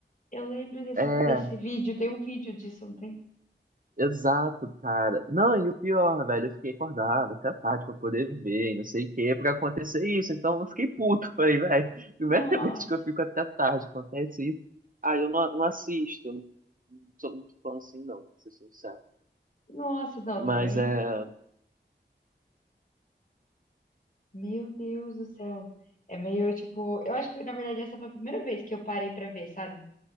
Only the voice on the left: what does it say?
eu lembro desse,
desse vídeo, tem um vídeo disso, não tem?
Nossa,
nossa, não,
também,
meu Deus do céu. É meio, tipo, eu acho que, na verdade, essa foi a primeira vez que eu parei pra ver, sabe?